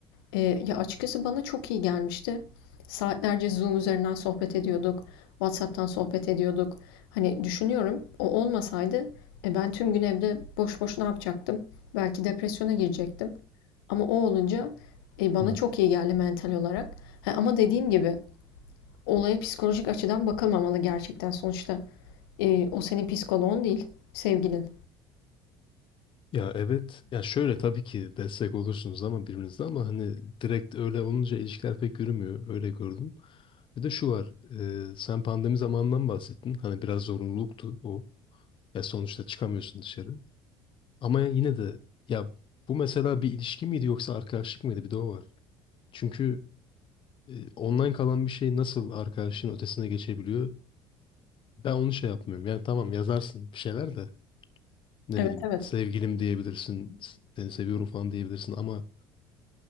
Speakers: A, on the left; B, on the left.
A: Ee, ya açıkçası bana çok iyi gelmişti. Saatlerce Zoom üzerinden sohbet ediyorduk. WhatsApp'tan sohbet ediyorduk. Hani düşünüyorum o olmasaydı e, ben tüm gün evde boş boş ne yapacaktım? Belki depresyona girecektim. Ama o olunca e, bana
B: Hı.
A: çok iyi geldi mental olarak. Ha, ama dediğim gibi Olaya psikolojik açıdan bakılmamalı gerçekten. Sonuçta e, o senin psikoloğun değil, sevgilin.
B: Ya evet. Ya şöyle tabii ki destek olursunuz ama birbirinize ama hani direkt öyle olunca ilişkiler pek yürümüyor. Öyle gördüm. Bir de şu var. e, sen pandemi zamanından bahsettin. Hani biraz zorunluluktu o. Ya sonuçta çıkamıyorsun dışarı. Ama yine de ya bu mesela bir ilişki miydi yoksa arkadaşlık mıydı? Bir de o var. Çünkü e, online kalan bir şey nasıl arkadaşlığın ötesine geçebiliyor? Ben onu şey yapmıyorum. Yani tamam yazarsın bir şeyler de ne
A: Evet
B: bileyim
A: evet.
B: sevgilim diyebilirsin, seni seviyorum falan diyebilirsin ama